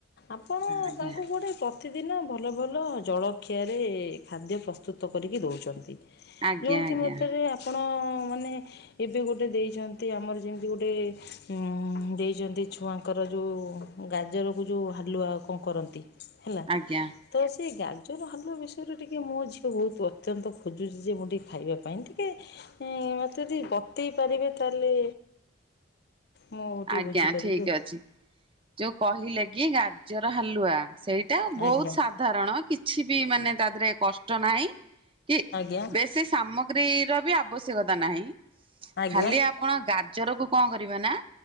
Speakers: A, on the left (about 55°); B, on the right (about 25°).
A: ଆପଣ
B: ଆଜ୍ଞା
A: ତାଙ୍କୁ କୁଆଡେ ପ୍ରତିଦିନ ଭଲ ଭଲ ଜଳଖିଆରେ ଖାଦ୍ୟ ପ୍ରସ୍ତୁତ କରିକି ଦଉଛନ୍ତି।
B: ଆଜ୍ଞା
A: ଯୋଉଥି
B: ଆଜ୍ଞା
A: ମତରେ ଆପଣ ମାନେ ଏବେ ଗୋଟେ ଦେଇଛନ୍ତି ଆମର ଯେମିତି ଗୋଟେ ଉଁ ଦେଇଛନ୍ତି ଛୁଆଙ୍କର ଯୋଉ ଗାଜରକୁ ଯୋଉ ହାଲୁଆ କଣ କରନ୍ତି? ହେଲା।
B: ଆଜ୍ଞା
A: ତ ସେଇ ଗାଜର ହାଲୁଆ ବିଷୟରେ ଟିକେ ମୋ ଝିଅ ବହୁତ ଅତ୍ୟନ୍ତ ଖୋଜୁଛି ଯେ ମୁଁ ଟିକେ ଖାଇବା ପାଇଁ। ଟିକେ, ମତେ ଯଦି ବତେଇ ପାରିବେ, ତାହେଲେ ମୁଁ ଟିକେ
B: ଆଜ୍ଞା,
A: ବୁଝିପାରିବି
B: ଠିକ୍
A: ଆଉ।
B: ଅଛି। ଯୋଉ କହିଲେ କି ଗାଜର ହାଲୁଆ। ସେଇଟା ବହୁତ
A: ଆଜ୍ଞା
B: ସାଧାରଣ କି ଛି ବି ମାନେ ତା ଦେହରେ କଷ୍ଟ ନାହିଁ। କି
A: ଆଜ୍ଞା
B: ବେଶୀ ସାମଗ୍ରୀ ର ବି ଆବଶ୍ୟକତା ନାହିଁ।
A: ଆଜ୍ଞା
B: ଖାଲି ଆପଣ ଗାଜରକୁୁ କଁ କରିବେ ନା